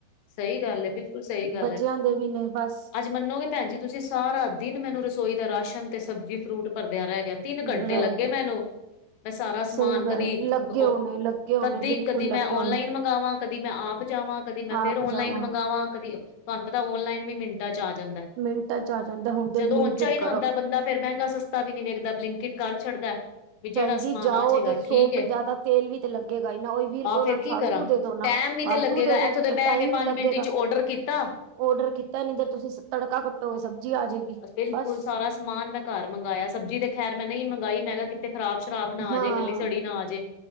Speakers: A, on the left (about 80°); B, on the right (about 80°).
A: ਸਹੀ ਗੱਲ ਐ, ਬਿਲਕੁਲ ਸਹੀ ਗੱਲ
B: ਬੱਚਿਆਂ
A: ਹੈ।
B: ਦੇ ਵੀ ਨੇ ਬਸ।
A: ਅੱਜ ਮੰਨੋਗੇ ਭੈਣ ਜੀ ਤੁਸੀਂ ਸਾਰਾ ਦਿਨ ਮੈਨੂੰ ਰਸੋਈ ਦਾ ਰਾਸ਼ਨ ਤੇ ਸਬਜ਼ੀ ਫਰੂਟ ਭਰਦਿਆਂ ਰਹਿ ਗਿਆ। ਤਿੰਨ
B: ਰਹਿ
A: ਘੰਟੇ ਲੱਗੇ
B: ਗਿਆ
A: ਮੈਨੂੰ। ਮੈਂ ਸਾਰਾ ਸਮਾਨ
B: ਸਹੀ
A: ਕਦੀ-ਕਦੀ-
B: ਗੱਲ ਲੱਗੇ ਹੋਣੇ ਲੱਗੇ ਹੋਣੇ ਬਿਲਕੁਲ
A: ਕਦੀ
B: ਲੱਗੇ
A: ਮੈਂ
B: ਹੋਣੇ
A: ਓਨਲਾਈਨ ਮੰਗਵਾਂ ਕਦੀ ਮੈਂ ਆਪ ਜਾਵਾਂ ਕਦੀ ਮੈਂ
B: ਆਪ
A: ਫੇਰ ਔਨਲਾਈਨ
B: ਜਾਵਾਂ
A: ਮੰਗਵਾਂ ਕਦੀ ਤੁਹਾਨੂੰ ਪਤਾ ਔਨਲਾਈਨ ਵੀ ਮਿੰਟ ਮਿੰਟਾਂ 'ਚ ਆ ਜਾਂਦਾ ਹੈ।
B: ਮਿੰਟਾਂ ਚ ਆ ਜਾਂਦਾ ਤੇ
A: ਜਦੋਂ
B: ਬਲਿੰਕਟ
A: ਹੁਣ ਚਾਹੀਦਾ
B: ਕਰੋ
A: ਹੁੰਦਾ ਬੰਦਾ ਫੇਰ ਮਹਿੰਗਾ- ਸਸਤਾ ਵੀ ਨਹੀਂ ਵੇਖਦਾ ਬਲਿੰਕਿਟ ਕਰ ਛੱਡਦਾ। ਵੀ
B: ਭੈਣਜੀ
A: ਜਿਹੜਾ ਸਮਾਨ
B: ਜਾਓ
A: ਆ ਜਾਏਗਾ
B: ਤੇ ਸੌ
A: ਠੀਕ ਏ
B: ਪੰਜਾਹ ਦਾ ਤੇਲ ਵੀ ਤੇ ਲੱਗੇਗਾ ਹੀ ਨਾ ਉਹ ਵੀਹ ਰੁਪਏ
A: ਆਹ
B: ਉਹਨਾ
A: ਫੇਰ
B: ਨੂੰ
A: ਕੀ
B: ਫਾਲਤੂ
A: ਕਰਾਂ
B: ਦੇ ਦੋ ਨਾ
A: ਟੈਮ ਵੀ
B: ਫਾਲਤੂ
A: ਤੇ ਲੱਗੇਗਾ
B: ਦੇ ਦੋ
A: ਇੱਥੋਂ
B: ਤੇ
A: ਬਹਿ
B: ਟਾਈਮ
A: ਕੇ ਪੰਜ
B: ਵੀ ਲੱਗੇਗਾ
A: ਮਿੰਟ ਚ ਔਡਰ ਕੀਤਾ
B: ਔਡਰ ਕੀਤਾ ਨੀ ਤੇ। ਤੁਸੀਂ ਤੜਕਾ ਕੱਟੋਗੇ ਸਬਜ਼ੀ ਆ ਜਾਏਗੀ।
A: ਬਿਲਕੁਲ!
B: ਬਸ
A: ਸਾਰਾ ਸਮਾਨ ਮੈਂ ਘਰ ਮੰਗਾਇਆ ਸਬਜ਼ੀ ਤੇ ਖ਼ੈਰ ਮੈਂ ਨਹੀਂ ਮੰਗਵਾਈ ਮੈਂ ਕਿਹਾ ਕਿਤੇ ਖਰਾਬ- ਸ਼ਰਾਬ ਨਾ ਆ
B: ਹਾਂ
A: ਜੇ ਗਲੀ- ਸੜੀ ਨਾ ਆ ਜੇ।